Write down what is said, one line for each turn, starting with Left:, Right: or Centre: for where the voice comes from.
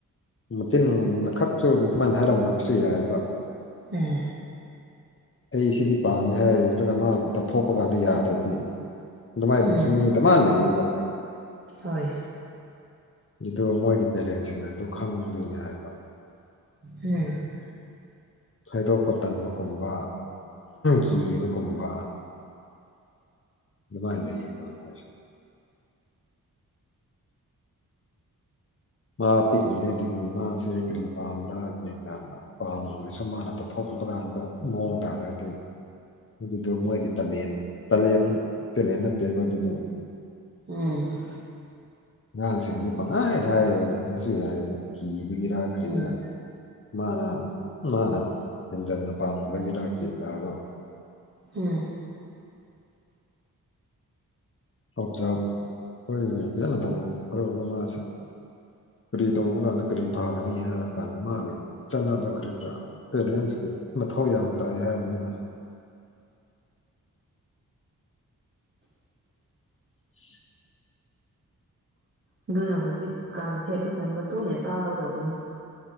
Left: ꯃꯆꯤꯟꯅ ꯈꯛꯁꯨ ꯑꯗꯨꯃꯥꯏꯅ ꯍꯥꯏꯔꯝ ꯉꯞꯁꯨ ꯌꯥꯏꯑꯕ
Right: ꯎꯝ
Left: ꯑꯩ ꯁꯤꯗꯤ ꯄꯥꯝꯃꯦ ꯍꯥꯏꯔꯒ ꯃꯥ ꯇꯞꯊꯣꯛꯄ ꯀꯥꯟꯗ ꯌꯥꯗ꯭ꯔꯗꯤ ꯑꯗꯨꯃꯥꯏꯅ
Right: ꯎꯝ
Left: ꯁꯨꯝ ꯃꯤ ꯗꯃ ꯂꯩꯌꯦꯕ
Right: ꯍꯣꯏ
Left: ꯑꯗꯨ ꯃꯣꯏꯒꯤ ꯄꯦꯔꯦꯟꯁꯤꯡꯅ ꯑꯗꯨ ꯈꯪꯗꯣꯏꯅꯤ ꯍꯥꯏꯕ
Right: ꯎꯝ
Left: ꯍꯥꯏꯩꯗꯣꯛꯄ ꯇꯟꯕꯒꯨꯝꯕ ꯀꯤꯕꯒꯨꯝꯕ ꯑꯗꯨꯃꯥꯢ ꯂꯩꯌꯦꯕ ꯍꯧꯖꯤꯛ ꯃꯥ ꯄꯤꯛꯂꯤꯉꯩꯗꯒꯤ ꯃꯥꯁꯦ ꯀ꯭ꯔꯤ ꯄꯥꯝꯕ꯭ꯔꯥ ꯑꯩꯈꯣꯏꯒ ꯄꯥꯝꯁꯨ ꯃꯥꯅ ꯇꯧꯞꯊꯣꯛꯇꯕ ꯀꯥꯟꯗ ꯃꯑꯣꯡ ꯇꯥꯗ꯭ꯔꯗꯤ ꯑꯗꯨꯗꯣ ꯃꯣꯏꯒꯤ ꯇꯂꯦꯟ ꯇꯂꯦꯟ ꯇꯦꯂꯦꯟ ꯅꯠꯇꯦꯕ ꯑꯗꯨꯗꯣ
Right: ꯎꯝ
Left: ꯑꯉꯥꯡꯁꯤꯡꯗꯤ ꯄꯪꯍꯥꯏꯗ ꯍꯥꯏꯌꯦꯕ ꯑꯗꯨꯁꯨ ꯌꯥꯏꯌꯦꯕ ꯀꯤꯕꯒꯤꯔꯥ ꯀ꯭ꯔꯤꯔꯥ
Right: ꯎꯝ
Left: ꯃꯥꯅ ꯃꯥꯅ ꯍꯦꯟꯖꯟꯅ ꯄꯥꯝꯃꯨꯕꯒꯤꯔ ꯀꯔꯤꯒꯤꯔꯥꯗꯣ
Right: ꯎꯝ
Left: ꯑꯣꯞꯖꯥꯕ ꯑꯩꯈꯣꯏ ꯌꯥꯝ ꯐꯖꯅ ꯇꯧꯕꯣ ꯃꯃꯥꯁꯤ ꯀꯔꯤ ꯇꯧꯕ ꯀꯥꯟꯗ ꯀꯔꯤ ꯐꯒꯅꯤ ꯍꯥꯏꯕ ꯀꯥꯟꯗ ꯃꯥꯒꯤ ꯆꯠꯅꯕ ꯀꯔꯤ ꯀꯔꯥ ꯄꯦꯔꯦꯟꯁꯀꯤ ꯃꯊꯧ ꯌꯥꯝ ꯇꯥꯏ ꯍꯥꯏꯕ ꯅꯤꯗ <unintelligible>
Right: ꯑꯗꯨꯅ ꯍꯧꯖꯤꯛꯀꯥꯟꯁꯦ ꯑꯗꯨꯒꯨꯝꯕ ꯇꯣꯏꯅ ꯇꯥꯒꯗꯧꯕꯅꯤ